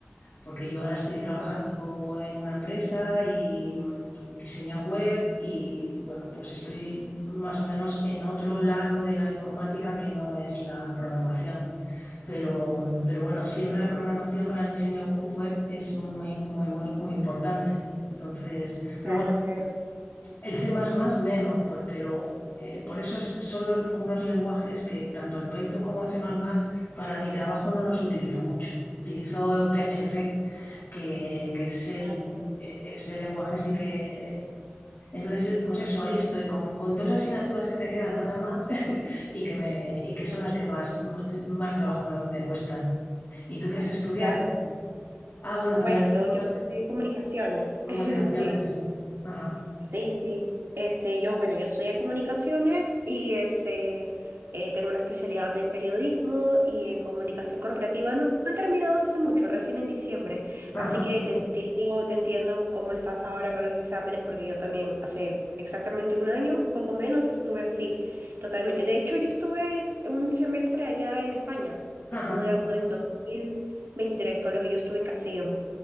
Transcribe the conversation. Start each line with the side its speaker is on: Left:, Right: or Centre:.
Left: porque yo ahora estoy trabajando
Right: Claro,
Left: en una empresa y mm, diseño web y bueno, pues estoy más o menos en otro lado de la informática que no es la programación. Pero, mm, pero bueno, siempre la programación para el diseño web es muy, muy, muy, muy importante. Entonces, pero
Right: claro,
Left: bueno,
Right: claro,
Left: el C++ menos, por- pero eh, por eso es- son los- unos lenguajes que tanto el Python como el C++ para mi trabajo no los utilizo mucho. Utilizo PHP, que, que es el,
Right: claro.
Left: eh, es el lenguaje sí que... Entonces, pues eso, ahí estoy con, con dos asignaturas que me quedan nada más <laughs> y que, me, y
Right: <laughs> Ujú,
Left: que son las que más, más trabajo me, me cuestan. ¿Y tú qué has estudiado?
Right: Claro.
Left: Ah, bueno, que
Right: Bueno,
Left: me la has dicho
Right: yo, yo
Left: antes.
Right: estudié comunicaciones,
Left: Comunicaciones,
Right: <laughs> sí.
Left: sí. Ajá,
Right: Sí, sí. Este, yo, bueno, yo estudié comunicaciones y este, eh, tengo una especialidad en periodismo y en comunicación corporativa. No, no he terminado hace mucho, recién en diciembre.
Left: ajá,
Right: Así que te entiendo, te entiendo cómo estás ahora con los exámenes, porque yo también hace exactamente un año, un poco menos, estuve así, totalmente. De hecho, yo estuve es- un semestre allá en España,
Left: ajá,
Right: estudiando en dos mil veintitrés, solo que yo estuve en Castellón.